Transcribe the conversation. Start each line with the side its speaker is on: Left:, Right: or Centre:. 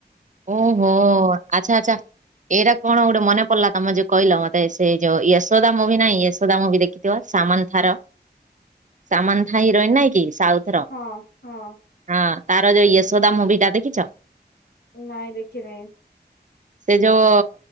Right: ଉଁ ହୁଁ ଆଚ୍ଛା ଆଚ୍ଛା। ଏଇଟା କଣ ଗୋଟେ ମନେ ପଡ଼ିଲା ତମ ଯୋଉ କହିଲ ମତେ ସେଇ ଯୋଉ ୟଶୋଦା ମୁଭି ନାଇଁ ୟଶୋଦା ମୁଭି ଦେଖି ସାମନ୍ଥା ର ସାମନ୍ଥା ହିରୋଇନ ନାଇଁ କି ସାଉଥ
Left: ହଁ ହଁ।
Right: ହଁ ତାର ଯୋଉ ୟଶୋଦା ମୁଭି ଟା ଦେଖିଛ।
Left: ନାଇଁ ଦେଖି ନାହିଁ।
Right: ସେ ଯୋଉ